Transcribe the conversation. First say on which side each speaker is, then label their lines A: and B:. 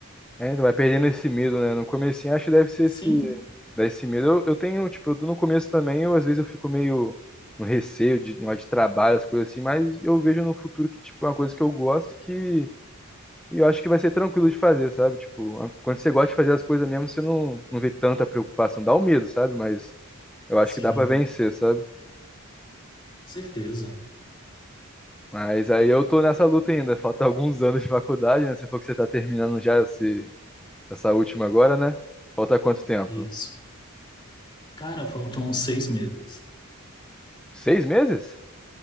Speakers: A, in the centre; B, on the left.
A: É, então vai perdendo esse medo, né? No comecinho acho que deve ser esse,
B: Sim,
A: dá esse medo. Eu, eu tenho, tipo, eu tô no começo também, eu às vezes eu fico meio no receio de, de trabalho, as coisas assim, mas eu vejo no futuro que, tipo, é uma coisa que eu gosto que eu acho que vai ser tranquilo de fazer, sabe? Tipo, a- quando você gosta de fazer as coisas mesmo, você não, não vê tanta preocupação, dá o medo, sabe? Mas eu acho
B: sim,
A: que dá pra vencer, sabe?
B: com certeza.
A: Mas aí eu tô nessa luta ainda, falta alguns anos de faculdade, né? Você falou que você tá terminando já esse, essa última agora, né? Falta quanto tempo?
B: Isso. Cara, faltam seis meses.
A: Seis meses?